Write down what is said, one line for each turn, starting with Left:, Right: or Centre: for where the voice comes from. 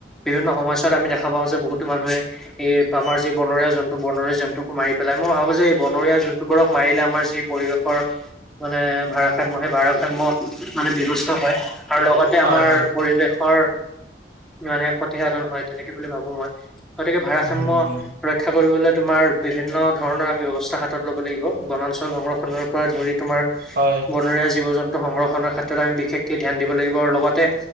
Centre: বিভিন্ন সময়ছোৱাত আমি দেখা পাওঁ যে বহুতো মানুহে এই আমাৰ যি বনৰীয়া জন্তু বনৰীয়া জন্তুকো মাৰি পেলাই মই ভাবোঁ যে এই বনৰীয়া জন্তু জন্তুবোৰক মাৰিলে আমাৰ যি পৰিৱেশৰ মানে ভাৰসাম্য সেই ভাৰসাম্য মানে বিনষ্ট হয় আৰু লগতে
Right: হয়
Centre: আমাৰ
Right: হয়
Centre: পৰিৱেশৰ মানে ক্ষতিসাধন হয় তেনেকে বুলি ভাবোঁ মই গতিকে ভাৰসাম্য
Right: উম
Centre: ৰক্ষা কৰিবলৈ তোমাৰ বিভিন্ন ধৰণৰ আমি ব্যৱস্থা হাতত ল'ব লাগিব বনাঞ্চল সংৰক্ষণৰ পৰা ধৰি তোমাৰ
Right: হয়
Centre: বনৰীয়া জীৱ জন্তু সংৰক্ষণৰ ক্ষেত্ৰত আমি বিশেষকে ধ্যান দিব লাগিব, আৰু লগতে